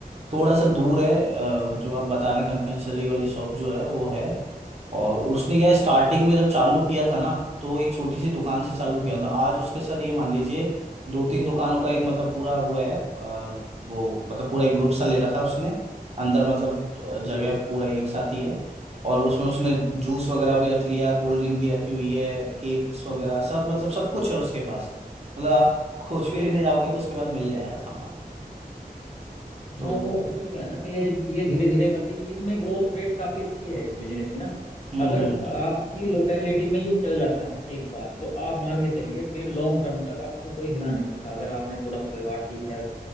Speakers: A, on the right; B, on the left.
A: थोड़ा सा दूर है अ,
B: अच्छा
A: जो आप बता रहे हैं कन्फेक्शनरी वाली शॉप जो है वो है और उसने क्या स्टार्टिंग में जब चालू किया था ना तो एक छोटी सी दुकान से चालू
B: हम्म
A: किया
B: हम्म
A: था आज उसके सर ये मान लीजिए दो तीन दुकानों का एक मतलब पूरा वो है अ, वो मतलब पूरा
B: हम्म,
A: एक
B: हम्म।
A: ग्रुप सा ले रखा है उसने अंदर मतलब अ, जगह
B: जी
A: पूरा एक साथ ही है और उसमें उसने जूस वगैरह भी रख लिया कोल्ड ड्रिंक भी रखी हुई है केक्स वगैरह सब मतलब सब कुछ है उसके पास मतलब आप कुछ भी लेने जाओगे तो उसके पास मिल जाएगा सामान तो
B: हाँ वो एक्चुअली क्या है ना कि ये धीरे धीरे करके ये इसमें ग्रोथ रेट काफी अच्छी है इस बिजनेस की ना
A: हम्म
B: अगर
A: हम्म बिल्कुल
B: आपकी लोकेलिटी में ये चल जाता है एक बार तो आप मान के चलिए फिर लॉन्ग टर्म तक आपको कोई हिला नहीं सकता अगर आपने थोड़ा सा व्यवहार ठीक है